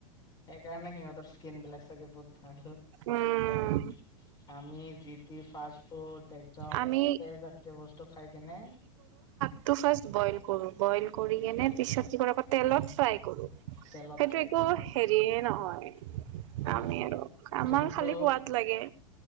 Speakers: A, on the left; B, on the right.
A: সেইকাৰণে সিহঁতৰ স্কিন বিলাক চাগে বহুত ভাল
B: উম
A: আমি যিটি ফাৰ্ষ ফুট একদম
B: আমি
A: তেল জাতীয় বস্তু খাই কেনে
B: ত ফাৰ্ষ্ট বইল কৰো বইল কৰি কেনে পিছত <unintelligible> তেলত ফ্ৰাই কৰো।
A: তেলত
B: সেইটো
A: ফ্ৰাই
B: একো
A: কৰা হয়।
B: হেৰিয়ে নহয়।
A: উম,
B: আমি আৰু আমাৰ
A: যোনটো
B: খালি সোৱাদ লাগে।